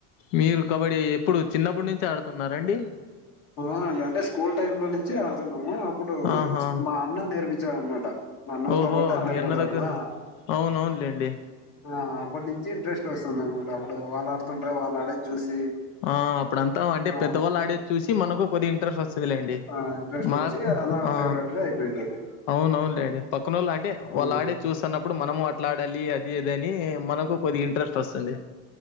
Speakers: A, on the left; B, on the left.
A: మీరు కబడ్ డ్డీ ఎప్పుడు చిన్నప్పుడు నుంచి ఆడుతున్నారాండి?
B: అవునండి అంటే. స్కూల్ టైం లో నుంచి ఆడుతున్నాము. అప్పుడు
A: ఆహా
B: మా అన్న నేర్పిించ్ చ్చ అనమాట మా అన్నోళ్ళతో
A: ఓహో
B: పాటు ఆడకపోతాడు
A: మీ అన్న దగ్గర
B: మా
A: అవున అవునులేండి.
B: ఆ అప్పటినుంచి ఇంట్రెస్ట్ వస్తుంది అనమాట. అప్పుడు వాళ్ళు ఆడుతుంటార వాళ్ ఆడేది చూసి.
A: ఆ అప్పుడ అంతా అంటే.
B: ఆ
A: పెద్దవాళ్ళు ఆడే చూసి మనకు కొద్ది ఇంట్రెస్ట్ వస్ దిలేండి
B: ఆ ఇంట్రెస్ట్
A: మాకు
B: వచ్చి అలా
A: ఆ
B: ఫేవరెట్ గా అయిపోయింది అది
A: అవునవును లే పక్కనోళ్ళు అంటే
B: ఆ
A: వాళ్ళు ఆడేది చూస్తున్నప్పుడు మనము అట్లా ఆడాలి అ అదిదని మనకు కొద్దిగా ఇంట్రెస్ట్ వస్తుంది